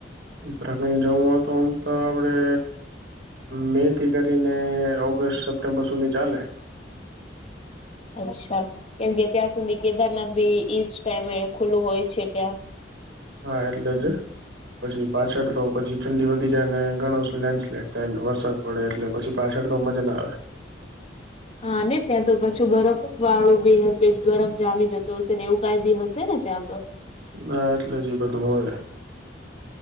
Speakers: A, on the right; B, on the left.
A: ઉત્તરાખંડ જવું હો તો આમ તો આપડે મે થી કરીને ઓગસ્ટ સપ્ટેમ્બર સુધી ચાલે.
B: અચ્છા કેમ કે ત્યાં સુધી કેદારનાથ બી ઈસ્ટ ટાઈમે ખુલ્લું હોય છે ત્યાં
A: હા એટલે જ પછી પાછળ તો પછી ઠંડી વધી જાય ને ઘણો લેન્ડ સ્લાઈડ થાયને વરસાદ પડે એટલે પછી પાછળ તો મજા ના આવે
B: હા ને ત્યાં તો પછું બરફ વાળું બી હશે બરફ જામી જતો હશે ને એવું કઈ બી હશે ને ત્યાં તો
A: ના એટલે જ એ બધું હોય.